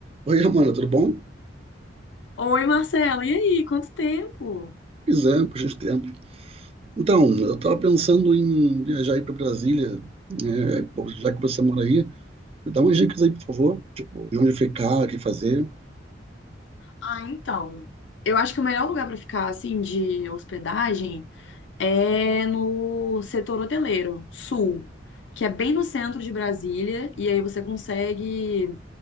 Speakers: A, on the right; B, on the left.
A: Oi, Romana, tudo bom?
B: Oi, Marcelo, e aí? Quanto tempo?
A: Pois é, por gente tempo. Então, eu estava pensando em viajar aí para Brasília, né? Pô, Já que você mora aí, me dá umas dicas aí, por favor. Tipo, de onde ficar, o que fazer.
B: Ah, então, eu acho que o melhor lugar para ficar assim de hospedagem é no setor hoteleiro sul, que é bem no centro de Brasília, e aí você consegue